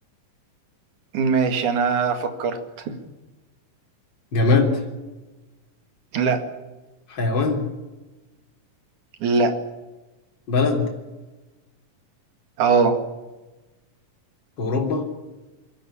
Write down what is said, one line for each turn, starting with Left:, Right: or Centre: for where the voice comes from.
Right: ماشي انا فكرت
Left: جماد
Right: لا
Left: حيوان
Right: لا
Left: بلد
Right: اه
Left: في اوروبا